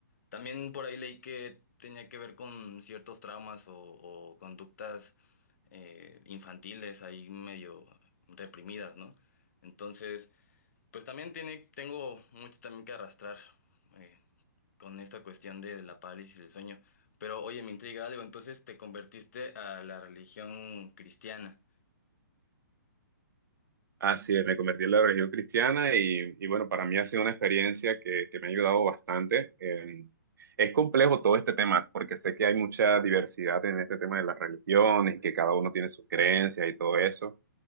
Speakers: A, on the left; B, on the right.
A: También por ahí leí que tenía que ver con ciertos traumas o, o conductas eh, infantiles ahí medio reprimidas, ¿no? Entonces... Pues también tiene, tengo mucho también que arrastrar eh, con esta cuestión de la parálisis del sueño. Pero oye, me intriga algo, entonces te convertiste a la religión cristiana.
B: Así es, me convertí en la religión cristiana y, y bueno, para mí ha sido una experiencia que, que me ha ayudado bastante. Eh, es complejo todo este tema porque sé que hay mucha diversidad en este tema de las religiones, que cada uno tiene sus creencias y todo eso.